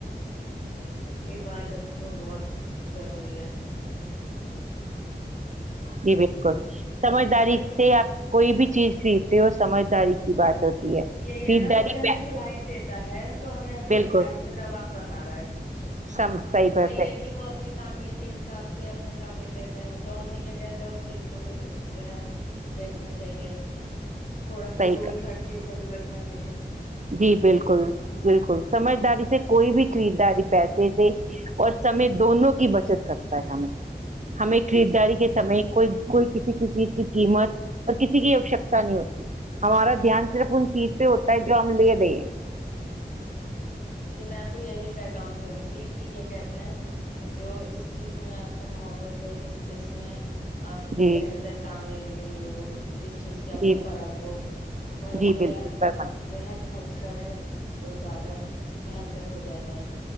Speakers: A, on the left; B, on the right.
A: جی یہ بات ا تو بہت ضروری ہے
B: جی بالکل سمجداری
A: پھر
B: سے آپ کوئی بھی چیز خریدتے ہو سمجھداری کی بات ہوتی ہے
A: یہی
B: خریداری
A: ہے نا کوئی ہمیں
B: پہ
A: صلاحیت دیتے تحت تو ہمیں ایسا لگتا
B: بالکل
A: ہے ہم پہ دبااب بنا رہا ہے
B: سم
A: لیکن
B: صحیح بات
A: وہی ہے کہ وہ اپنی تعمیل کے حساب سے اپنے تعمل دیتے ہیں تو تو ہمیں کیا کہتے ہیں اس چیز کو بھی جو ہے دیکھنا چاہیے تھوڑا فضول
B: صحیح
A: خرچ سے بھی بچنا چاہیے
B: جی بالکل بالکل سمجھداری سے کوئی بھی خریداری پیسے سے اور سمے دونوں کی بچت کرکتا ہے ہمیں ہمیں خریداری سمے کوئی کوئی کسی کی چیز کی قیمت اور کسی کی آوشکتا نہیں ہوتی ہمارا دھیان صرف ان چیز پہ ہوتا ہے ہم لیے دے
A: ہ <inaudible> جی میں تو یہی پیغام دوں گی کہ کیا کہتے ہیں جو جس چیز میں آپ کو محبت ہو جس چیز میں آپ کو
B: جی
A: کیا کہتے ہیں تامل میں ملی ہو جس چیز کی آپ
B: جی
A: کو
B: بالکل،
A: فق ہو وہیں
B: جی
A: پہ
B: بالکل
A: آپ
B: فرمائیے
A: جو ہے خرچ کریں تو زیادہ بہتر بہتر ہو جاتا ہے